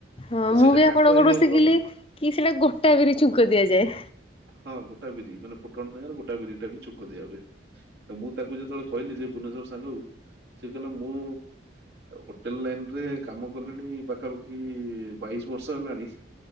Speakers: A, on the left; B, on the right.
A: ହଁ
B: ତ ସେଇଟା
A: ମୁଁ ବି ଆପଣଙ୍କଠୁ
B: କାଠୁଆ ହେଇଯାଉଥିବ
A: ଶିଖିଲି
B: ତ
A: କି ସେଇଟା ଗୋଟା ବିରି ଛୁଙ୍କ ଦିଆଯାଏ।
B: ହଁ ଗୋଟା ବିରି ମାନେ ଫୁଟଣ ସାଙ୍ଗରେ ଗୋଟା ବିରି ଟା ବି ଛୁଙ୍କ ଦିଆ ହୁଏ ତ ମୁଁ ତାକୁ ଯେତେବେଳେ କହିଲି ସେ ଭୁବନେଶ୍ୱର ସାଙ୍ଗ କୁ ସେ କହିଲା ମୁଁ ହୋଟେଲ ଲାଇନ୍ ରେ କାମ କଲି ଣି ପାଖାପାଖି ବାଇଶି ବର୍ଷ ହେଲାଣି